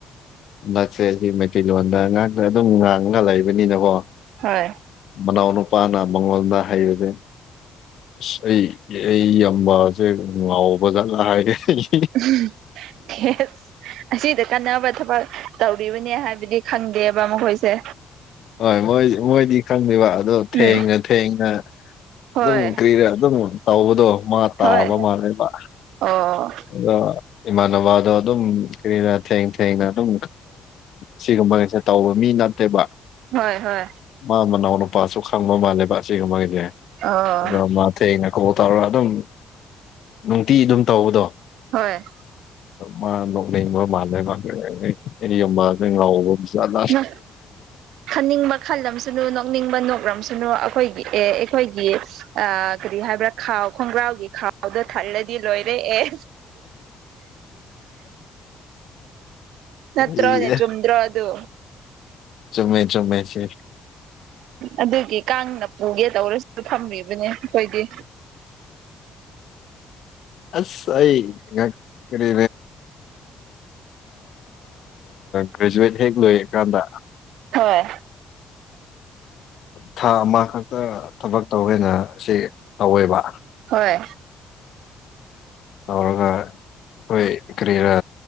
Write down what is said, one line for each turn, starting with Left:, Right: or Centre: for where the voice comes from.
Left: ꯅꯛꯁꯦ ꯁꯤ ꯃꯩꯇꯩꯂꯣꯟꯗ ꯉꯥꯡꯅ ꯑꯗꯨꯝ ꯉꯥꯡꯉꯒ ꯂꯩꯕꯅꯤꯅꯀꯣ
Right: ꯍꯣꯏ
Left: ꯃꯅꯥꯎ ꯅꯨꯄꯥꯅ ꯃꯉꯣꯟꯗ ꯍꯩꯕꯁꯦ ꯑꯁ ꯑꯩ ꯑꯩ ꯌꯥꯝꯕꯁꯦ ꯉꯥꯎꯕꯖꯠꯂ ꯍꯥꯏ ꯑꯩ
Right: <unintelligible> ꯑꯁꯤꯗ ꯀꯥꯟꯅꯕ ꯊꯕꯛ ꯇꯧꯔꯤꯕꯅꯦ ꯍꯥꯏꯕꯗꯤ ꯈꯪꯗꯦꯕ ꯃꯈꯣꯏꯁꯦ
Left: ꯍꯣꯏ ꯃꯣꯏ ꯃꯣꯏꯗꯤ ꯈꯪꯗꯦꯕ ꯑꯗꯣ ꯊꯦꯡꯅ
Right: ꯎꯝ
Left: ꯊꯦꯡꯅ
Right: ꯍꯣꯏ
Left: ꯑꯗꯨꯝ ꯀꯔꯤꯔ ꯑꯗꯨꯝ ꯇꯧꯕꯗꯣ ꯃꯥ ꯇꯥꯕ
Right: ꯍꯣꯏ
Left: ꯃꯥꯅꯦ ꯃꯥ
Right: ꯑꯣ
Left: ꯑ ꯏꯃꯥꯟꯅꯕꯗꯣ ꯑꯗꯨꯝ ꯀꯅ ꯊꯦꯡ ꯊꯦꯡꯅ ꯑꯗꯨꯝ ꯁꯤꯒꯨꯝꯕꯁꯦ ꯇꯧꯕ ꯃꯤ ꯅꯠꯇꯦꯕ
Right: ꯍꯣꯏ ꯍꯣꯏ
Left: ꯃꯥ ꯃꯅꯥꯎ ꯅꯨꯄꯥꯁꯨ ꯈꯪꯕ ꯃꯥꯜꯂꯦꯕ ꯑꯁꯤꯒ ꯃꯥꯒꯤꯁꯦ
Right: ꯑꯣ
Left: ꯑꯗꯣ ꯃꯥꯊꯦꯡ ꯀꯣꯜ ꯇꯧꯔꯒ ꯑꯗꯨꯝ ꯅꯨꯡꯇꯤ ꯑꯗꯨꯝ ꯇꯧꯕꯗꯣ
Right: ꯍꯣꯏ
Left: ꯃꯥ ꯅꯣꯛꯅꯅꯤꯡꯕ ꯃꯥꯜꯂꯦ ꯃꯥꯜꯦ ꯑꯦꯔꯤ ꯑꯃ ꯉꯥꯎꯕ ꯆꯠꯂ
Right: ꯅ ꯈꯟꯅꯤꯡꯕ ꯈꯜꯂꯝꯁꯅꯨ ꯅꯣꯛꯅꯤꯡꯕ ꯅꯣꯛꯂꯝꯝꯁꯨꯅꯨ ꯀꯣ ꯑꯩꯈꯣꯏꯒꯤ ꯑꯦ ꯑꯩꯈꯣꯏꯒꯤ ꯀꯔꯤ ꯍꯥꯏꯕ꯭ꯔꯥ ꯈꯥꯎ ꯈꯣꯡꯒ꯭ꯔꯥꯎꯒꯤ ꯈꯥꯎꯗ ꯊꯥꯔꯗꯤ ꯂꯣꯏꯔꯦ ꯑꯦ ꯅꯠꯇ꯭ꯔꯣꯅꯦ
Left: ꯏꯌꯦ
Right: ꯆꯨꯝꯗ꯭ꯔꯣ ꯑꯗꯨ
Left: ꯆꯨꯝꯃꯦ ꯆꯨꯝꯃꯦ ꯁꯤ
Right: ꯑꯗꯨꯒꯤ ꯀꯥꯡꯅ ꯄꯨꯒꯦ ꯇꯧꯔꯁꯨꯁꯨ ꯐꯝꯔꯤꯕꯅꯦ ꯑꯩꯈꯣꯏꯗꯤ
Left: ꯑꯁ ꯑꯩ ꯉ ꯀꯔꯤ ꯒ꯭ꯔꯦꯖꯨꯋꯦꯠ ꯍꯦꯛ ꯂꯣꯏꯔꯀꯥꯟꯗ
Right: ꯍꯣꯏ
Left: ꯊꯥ ꯑꯃ ꯈꯛꯇ ꯊꯕꯛ ꯇꯧꯋꯦꯅ ꯁꯤ ꯇꯧꯋꯦꯕ
Right: ꯍꯣꯏ
Left: ꯇꯧꯔꯒꯥ ꯑꯩꯈꯣꯏ ꯀꯔꯤꯔ